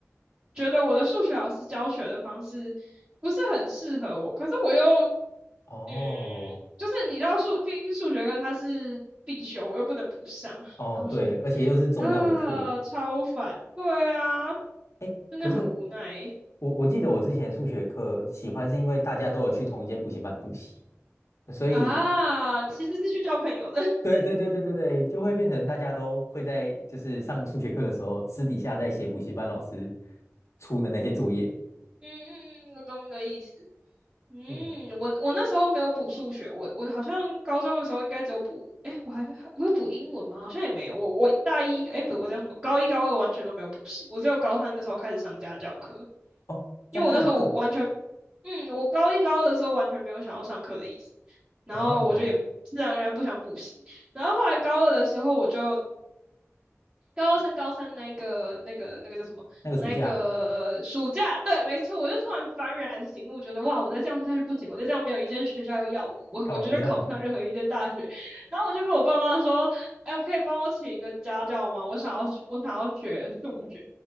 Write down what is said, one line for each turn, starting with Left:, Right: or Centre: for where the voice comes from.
Right: 觉得我的数学老师教学的方式不是很适合我，可是我又
Left: 哦
Right: 嗯，就是你知道数，毕竟数学课它是必修，我又不能不上，
Left: 哦，
Right: 然后我就
Left: 对，而且又是重要的课。
Right: 啊超烦，对啊，
Left: 哎，
Right: 真的很无奈
Left: 可是我我记得我之前数学课喜欢是因为大家都有去同一间补习班补习，所以
Right: 啊，其实是去交朋友的，<laughs>
Left: 对对对对对对，就会变成大家都会在就是上数学课的时候，私底下在写补习班老师出的那些作业。
Right: 嗯嗯嗯，我懂你的意思。嗯，
Left: 对啊，
Right: 我我那时候没有补数学，我我好像高中的时候应该只有补，哎，我还我有补英文吗？好像也没有，我我大一，哎，不，我叫什么？高一高二完全都没有补习，我只有高三的时候开始上家教课，
Left: 哦，
Right: 因为我那时候我完全，
Left: 家教课
Right: 嗯，我高一高二的时候完全没有想要上课的意思，然后我就也自然而然不想补习，
Left: 哦，
Right: 然后后来高二的时候我就高二升高三那个那个那个叫什么？
Left: 那个暑假
Right: 那个暑假，对，没错，我就突然幡然醒悟，觉得哇，我再这样下去不行，我再这样没有一间学校要要我，我我绝对考不上任何一间大学。
Left: 考不上了，
Right: 然后我就跟我爸妈说，哎，可以帮我请一个家教吗？我想要我想要学数学。